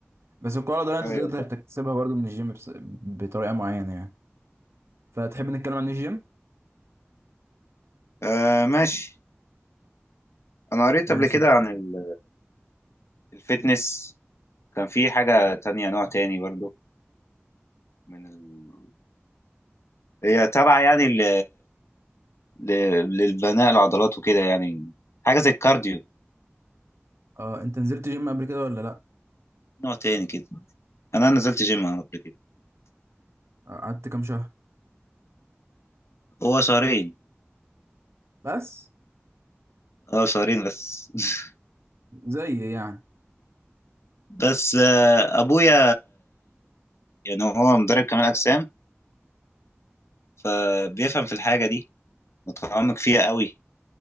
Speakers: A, on the right; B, on the left.
A: بس القوه العضليه انت
B: ايوه
A: تقدر
B: فاهم
A: تكتسبها برضو من الجيم بس بطريقه معينه يعني فتحب نتكلم عن الجيم
B: آه ماشي انا قريت
A: ماشي
B: قبل كده عن ال- الفيتنس كان في حاجة تانية نوع تاني برضو من ال... هي تابعة يعني ل... ل... للبناء العضلات وكده يعني حاجة زي الكارديو
A: اه انت نزلت جيم قبل كده ولا لا
B: نوع تاني كده أنا نزلت جيم أنا قبل كده
A: قعدت كام شهر
B: هو شهرين
A: بس
B: اه شهرين بس <laughs>
A: زي يعني
B: بس آه، أبويا يعني هو مدرب كمال أجسام فبيفهم في الحاجة دي متعمق فيها قوي